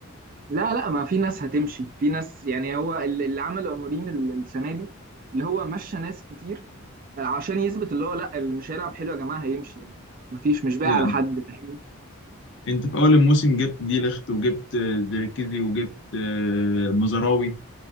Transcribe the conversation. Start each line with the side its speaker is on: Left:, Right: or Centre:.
Right: لا لا ما في ناس هتمشي في ناس يعني هو ال- اللي عمله أموريم ال- السنة دي اللي هو مشى ناس كتير آه، عشان يثبت اللي هو لا اللي مش هيلعب حلو يا جماعة هيمشي يعني ما فيش مش باقي
Left: يعني
Right: على حد فاهمني
Left: انت في اول الموسم جبت دي ليخت وجبت آه، ديركيزي وجبت آه، مزراوي